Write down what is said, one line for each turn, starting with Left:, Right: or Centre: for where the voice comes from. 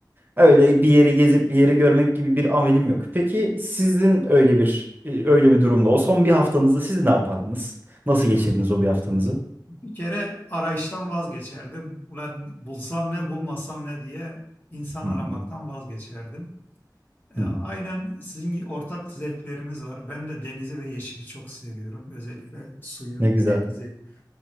Right: Öyle bir yeri gezip bir yeri görmek gibi bir amelim yok. Peki sizin öyle bir e, öyle bir durumda o son bir haftanızda siz ne yapardınız? Nasıl geçirdiniz o bir haftanızı?
Left: Bir kere arayıştan vazgeçerdim. Ulan bulsam ne, bulmasam ne diye insan
Right: Hı
Left: aramaktan
Right: hı,
Left: vazgeçerdim. E,
Right: hı
Left: Aynen
Right: hı.
Left: sizin gibi ortak zevklerimiz var. Ben de denizi ve yeşili çok seviyorum. Özellikle suyu,
Right: Ne güzel.
Left: denizi.